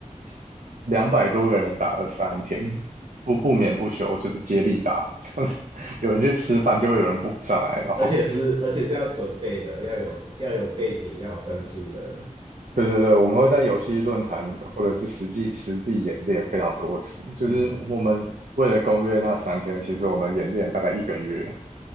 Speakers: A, on the right; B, on the right.
A: <laughs> 两百多个人打了三天，不不眠不休，就是接力打，<laughs> 这样子，有人去吃饭就会有人补上来，然后
B: 而且是而且是要准备的，要有要有备品，要有战术的。
A: 对对对，我们会在游戏论坛或者是实际实地演练非常多次，就是我们为了攻略那三天，
B: 嗯，
A: 其实我们演练大概一个月。